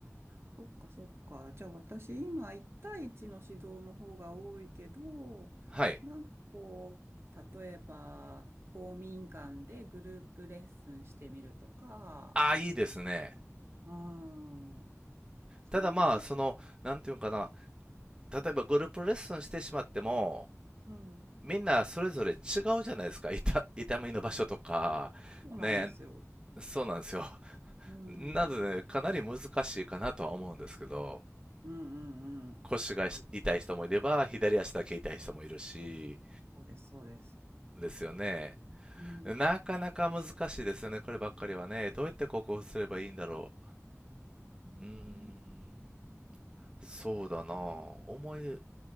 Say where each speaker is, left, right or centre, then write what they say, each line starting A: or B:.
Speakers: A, on the right; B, on the right.
A: そっかそっか。じゃあ私今1対1の指導の方が多いけど、
B: はい。
A: なんかこう、例えば公民館でグループレッスンしてみるとか、
B: ああ、いいですね。
A: うん、そういうこ
B: ただまあ、その、なんていうのかな、例えばグループレッスンしてしまっても、
A: う、うん、
B: みんなそれぞれ違うじゃないですか。痛、痛みの場所とか、
A: そうなんですよ。
B: ね、そうなんですよ。
A: うん、
B: なので、
A: うん
B: ね、かなり難しいかなとは思うんですけど、
A: うんうん。
B: 腰が痛い人もいれば、左足だけ痛い人もいるし、
A: そうです、そうです。
B: ですよね。
A: うん。
B: なかなか難しいですよね、こればっかりはね。どうやって克服すればいいんだろ
A: うん。
B: う。うーん、
A: うん。
B: そうだなぁ思い浮